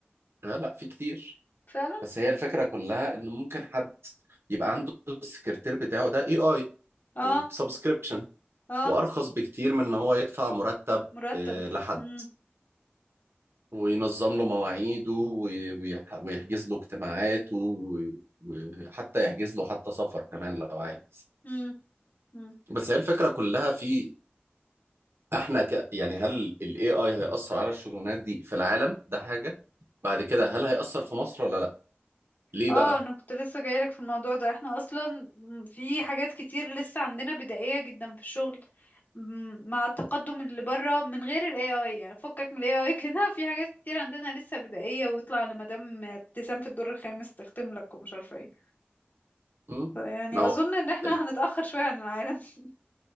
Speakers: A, on the right; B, on the left.
A: آه، لا في كتير
B: فعلا
A: بس هي الفكرة كلها ان ممكن حد يبقى عنده السكرتير بتاعه ده اي اي
B: اه
A: وبسبسكريبشن
B: اه
A: وارخص بكتير من ان هو يدفع مرتب
B: مرتب
A: آه، لحد
B: مم.
A: وينظم له مواعيده وي- ويح- ويحجز له اجتماعاته وي- وحتى يحجز له حتى سفر كمان لو عايز
B: مم. مم.
A: بس هي الفكرة كلها في احنا ك... يعني هل ال AI هيأثر على الشغلانات دي في العالم ده حاجة بعد كده هل هيأثر في مصر ولا لا ليه
B: اه
A: بقى
B: انا كنت لسه جايلك في الموضوع ده احنا اصلا في حاجات كتير لسه عندنا بدائية جدا في الشغل م- مع التقدم اللي بره من غير ال AI يعني فكك من ال AI <laughs> كده في حاجات كتير عندنا لسه بدائية ويطلع لمدام ابتسام في الدور الخامس تختم لك ومش عارفة ايه
A: مم؟
B: فيعني
A: ما هو
B: اظن ان احنا
A: ال...
B: هنتأخر شوية عن العالم <laughs>